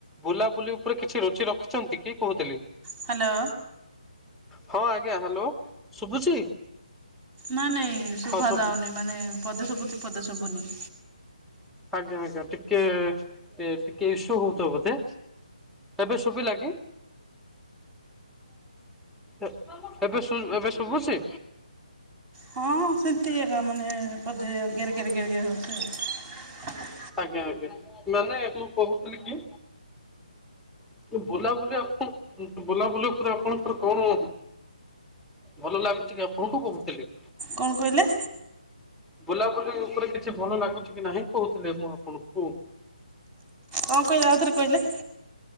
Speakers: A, in the centre; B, on the right.
A: ବୁଲାବୁଲି ଉପରେ କିଛି ରୁଚି ରଖୁଛନ୍ତି କି କହୁଥିଲି।
B: ହ୍ୟାଲୋ,
A: ହଁ ଆଜ୍ଞା ହ୍ୟାଲୋ, ଶୁଭୁଛି
B: ନାଇଁ ନାଇଁ ଶୁଭା
A: ହଁ ସବୁ
B: ଯାଉନି। ମାନେ ପଦେ ଶୁଭୁଛି, ପଦେ ଶୁଭୁନି।
A: ଆଜ୍ଞା ଆଜ୍ଞା ଟିକେ, ଟିକେ ଇସୁ ହଉଥବ ବୋଧେ। ଏବେ ଶୁଭିଲା କି? ଏ ଏବେ ଶୁ ଏବେ ଶୁଭୁଛି?
B: ହଁ ସେମିତି ଏକ ମାନେ ପଦେ ଗେରେ, ଗେରେ, ଗେରେ, ଗେରେ ହଉଚି ଆଉ
A: ଅଜ୍ଞା, ଆଜ୍ଞ। ମାନେ, ମୁଁ କହୁଥିଲି କି କି ବୁଲାବୁଲି ଆପଣ, ବୁଲାବୁଲି ଉପରେ ଆପଣଙ୍କର କଣ ଭଲ ଲାଗୁଛି କି ଆପଣଙ୍କୁ? କହୁଥିଲି।।
B: କଣ କହିଲେ?
A: ବୁଲାବୁଲି ଉପରେ କିଛି ଭଲ ଲାଗୁଛି କି ନାହିଁ କହୁଥିଲି ମୁଁ ଆପଣଙ୍କୁ।
B: କଣ କହିଲେ ଆଉଥରେ କହିଲେ।